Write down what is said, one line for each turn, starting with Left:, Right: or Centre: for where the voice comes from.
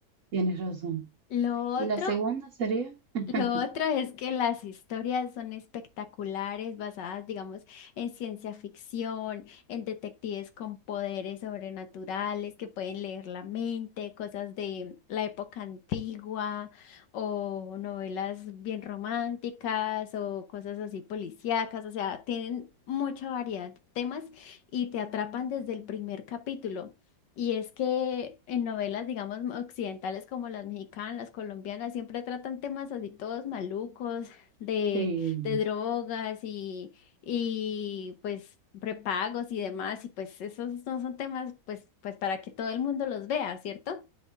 Right: tienes razón.
Left: Lo otro
Right: ¿Y la segunda sería? <laughs>
Left: lo otro es que las historias son espectaculares, basadas, digamos, en ciencia ficción, en detectives con poderes sobrenaturales que pueden leer la mente, cosas de la época antigua, o novelas bien románticas, o cosas así policíacas, o sea, tienen mucha variedad de temas y te atrapan desde el primer capítulo. Y es que en novelas, digamos, occidentales como las mexicanas, las colombianas, siempre tratan temas así todos malucos, de,
Right: Sí.
Left: de drogas y, y pues prepagos y demás, y pues esos no son temas pues, pues para que todo el mundo los vea, ¿cierto?